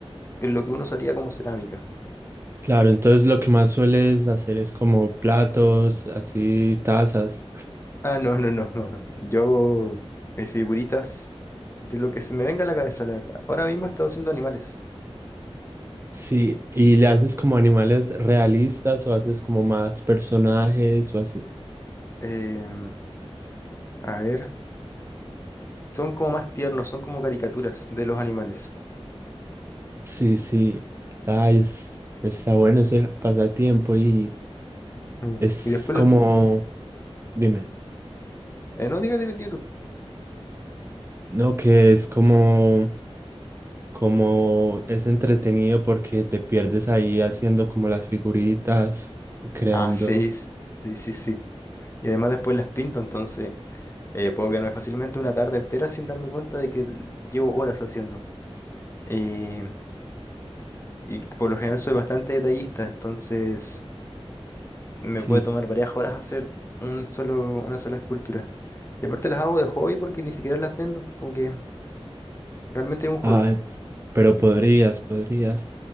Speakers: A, on the left (about 25°); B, on the right (about 25°).
A: lo que uno usaría como cerámica.
B: claro. Entonces lo que más sueles hacer es como platos, así tazas.
A: Ah, no, no, no, no, no. Yo hago mis figuritas de lo que se me venga a la cabeza, la verdad. Ahora mismo he estado haciendo animales.
B: Sí, y le haces como animales realistas o haces como más personajes o así.
A: Em, a ver, son como más tiernos, son como caricaturas de los animales.
B: Sí, sí. Ay, es- está bueno ese pasatiempo y
A: Mm.
B: es
A: Y después
B: como,
A: los...
B: dime.
A: eh, no, dime, dime, dime tú.
B: No, que es como, como es entretenido porque te pierdes ahí haciendo como las figuritas, creando.
A: Ah, sí, es- sí, sí, sí. Y además después las pinto, entonces... Eh, puedo quedarme fácilmente una tarde entera sin darme cuenta de que llevo horas haciendo. Eh, y por lo general soy bastante detallista, entonces me
B: Sí,
A: puede tomar varias horas hacer un solo, una sola escultura. Y aparte las hago de hobby porque ni siquiera las vendo, como que realmente es un hobby.
B: ay, pero podrías, podrías.